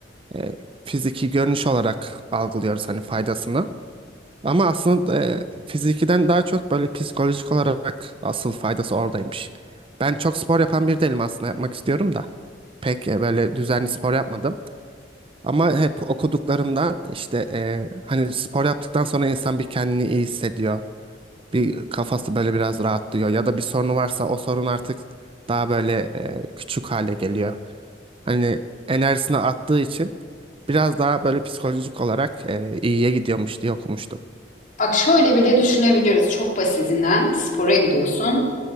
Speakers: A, on the right (about 30°); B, on the left (about 45°).
A: e, fiziki görünüş olarak algılıyoruz hani faydasını. Ama aslında e, fizikiden daha çok böyle psikolojik olarak asıl faydası oradaymış. Ben çok spor yapan bir değilim aslında yapmak istiyorum da. Pek e, böyle düzenli spor yapmadım. Ama hep okuduklarımda işte eee, hani spor yaptıktan sonra insan bir kendini iyi hissediyor. Bir kafası böyle biraz rahatlıyor. Ya da bir sorunu varsa o sorun artık daha böyle eee, küçük hale geliyor. Hani enerjisini attığı için biraz daha böyle psikolojik olarak eee, iyiye gidiyormuş diye okumuştum.
B: Bak şöyle bile düşünebiliriz. Çok basitinden spora gidiyorsun.